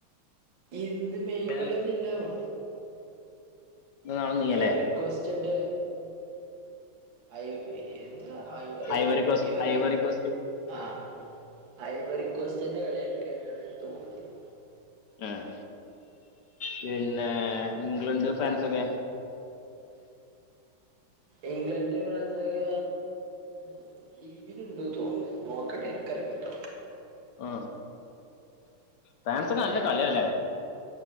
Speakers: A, on the right (about 65°); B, on the left (about 65°).
A: ഇന്ന് മീൻ
B: ഏത്
A: കളിന്നില്ല വോ
B: നാളെ നീയല്ലേ
A: എവർക്വസ്റ്റന്റെ അയ് എന്താ ഐവറിയോ
B: ഐവറി കോസ്റ്റ്
A: എവറിയെ
B: ഐവറി കോസ്റ്റ്
A: ആഹ ഐവറിക്കോസ്റ്റന്റെ കളിയൊക്കെയാണ് തോന്നുന്ന്
B: ആഹ പിന്നെ ഇംഗ്ലണ്ട് ഫ്രാൻസൊക്കെ
A: ഇംഗ്ലണ്ട് ഫ്രാൻസ് ഒക്കെ ഉം.. ലീവിനുണ്ട് തോന്നി നോക്കട്ടെ എക്കറില്ലട്ടോ
B: ആ ഫാൻസൊക്ക നല്ല കളിയല്ലേ